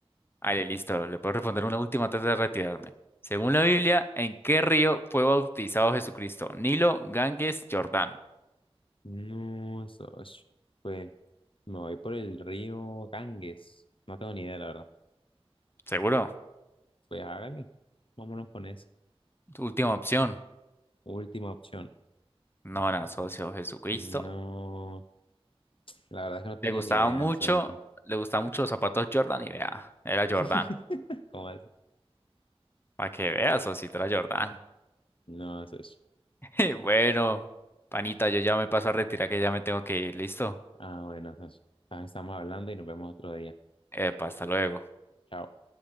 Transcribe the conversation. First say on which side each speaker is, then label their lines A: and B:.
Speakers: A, on the left (about 20°); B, on the left (about 60°).
A: Ale, listo, le puedo responder una última antes de retirarme. Según la Biblia, ¿en qué río fue bautizado Jesucristo? Nilo, Ganges, Jordán.
B: No, eso, pues me voy por el río Ganges, no tengo ni idea, la verdad.
A: ¿Seguro?
B: Pues hágale, vámonos con eso.
A: Última opción.
B: Última opción.
A: No, era socio, Jesucristo.
B: No, la verdad es que no tenía
A: Le gustaba
B: ni idea,
A: mucho,
B: socio.
A: le gustaban mucho los zapatos Jordan y vea, era Jordán.
B: <laughs> ¿Cómo es?
A: Para que veas, socio, era Jordán.
B: No, socio.
A: <laughs> Bueno, panita, yo ya me paso a retirar que ya me tengo que ir, ¿listo?
B: Ah, bueno, socio. Ah, Estamos hablando y nos vemos otro día.
A: Epa, hasta luego.
B: Chao.